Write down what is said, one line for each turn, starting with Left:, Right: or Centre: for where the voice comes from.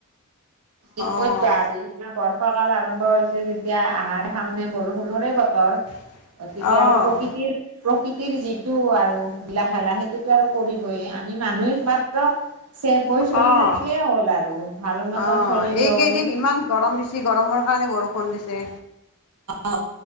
Right: কি কৰিবা
Left: অ'।
Right: আৰু ইনা বৰ্ষ কাল আৰম্ভ হৈছে যেতিয়া আহাৰ-শাওণে বৰষুণৰে বতৰ।
Left: <inaudible>
Right: তেতিয়া
Left: অ',
Right: আৰু প্ৰকৃতিৰ প্ৰকৃতিৰ যিটো আৰু লিলা-খেলা সেইটোতো আৰু কৰিবই, আমি মানুহে মাত্ৰ ছেফ হৈ
Left: অ',
Right: চলি থাকিলেই হ'ল আৰু ভাল
Left: অ',
Right: মতন চলিলেই
Left: এইকেইদিন
Right: হ'ল
Left: ইমান গৰম দিচি গৰমৰ কাৰণে বৰষুণ দিছে
Right: অ